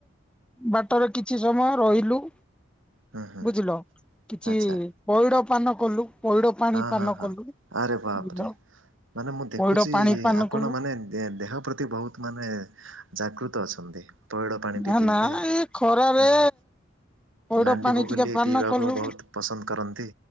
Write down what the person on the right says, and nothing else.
ହୁଁ ହୁଁ
ଆଚ୍ଛା
ହଁ
ହଁ ହଁ
ଆରେ
ବାପରେ। ମାନେ ମୁଁ ଦେଖୁଛି,
ଆପଣ
ମାନେ ଦେହ ପ୍ରତି ବହୁତ୍ ମାନେ ଜାଗୃତ ଅଛନ୍ତି। ପଇଡ଼ ପାଣି ଟି
ପିଇଲେ,
ଆହା।
ଲାଣ୍ଡି
ବଗୁଲିି
ପିଇବାକୁ
ବହୁତ ପସନ୍ଦ କରନ୍ତି,